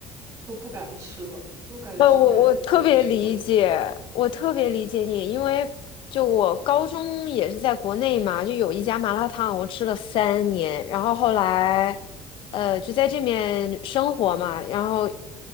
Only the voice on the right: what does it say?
都不敢吃了，就感觉食品安全确实是一个问题。